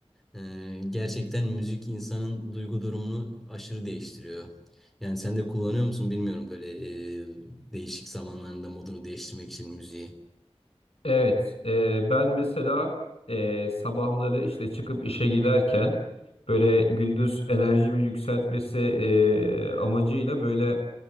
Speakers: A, in the centre; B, on the left (about 65°).
A: E, gerçekten müzik insanın duygu durumunu aşırı değiştiriyor. Yani sen de kullanıyor musun bilmiyorum böyle e, değişik zamanlarında modunu değiştirmek için müziği.
B: Evet, e, ben mesela e, sabahları işte çıkıp işe giderken böyle gündüz enerjimi yükseltmesi e, amacıyla böyle